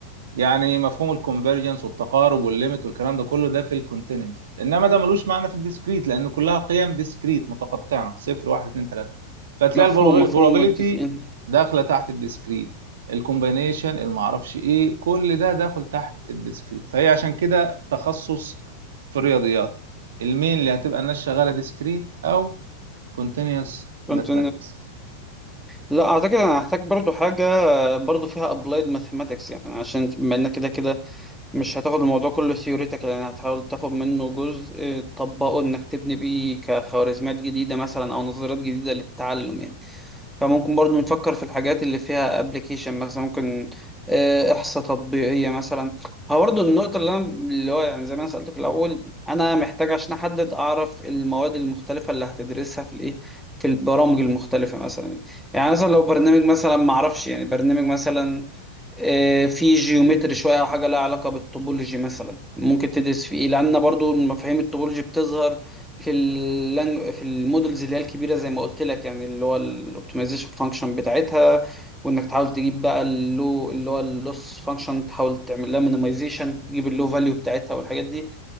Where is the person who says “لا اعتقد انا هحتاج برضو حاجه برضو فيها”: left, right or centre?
Centre